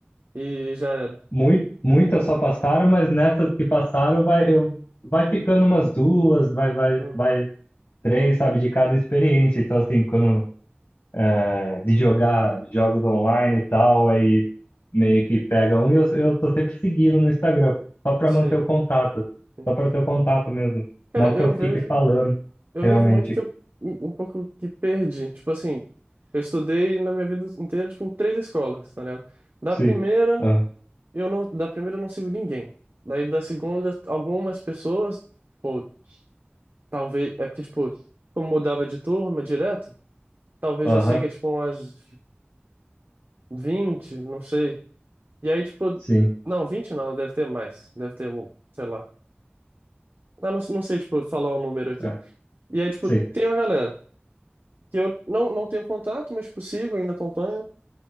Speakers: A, on the right (about 60°); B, on the left (about 75°).
A: e já era.
B: muito, muitas só passaram, mas nessas que passaram vai, eu, vai ficando umas duas, vai, vai,
A: Uhum.
B: vai três, sabe, de cada experiência. Então, assim, quando é, de jogar jogos online e tal, aí meio que pega um e eu, eu tô sempre seguindo no Instagram, só pra
A: Sim.
B: manter o contato,
A: sim.
B: só pra ter o contato mesmo.
A: Cara,
B: Não
A: eu
B: que eu fique
A: vejo.
B: falando,
A: Eu
B: realmente.
A: vejo muito que eu um pouco que perdi. Tipo assim, eu estudei na minha vida inteira, tipo, em três escolas, tá ligado? Da
B: Sim.
A: primeira,
B: Aham,
A: eu não, da primeira eu não sigo ninguém. Daí da segunda, algumas pessoas, tipo, talvez, é porque, tipo, como mudava de turma direto, talvez
B: aham,
A: eu siga, tipo, umas 20 não sei. E aí, tipo,
B: sim.
A: não, vinte não, deve ter mais. Deve ter, um, sei lá. Ah, não, não sei, tipo, falar o número aqui.
B: É,
A: E aí, tipo,
B: sim.
A: tem uma galera. que eu não, não tenho contato, mas tipo, sigo, ainda acompanho.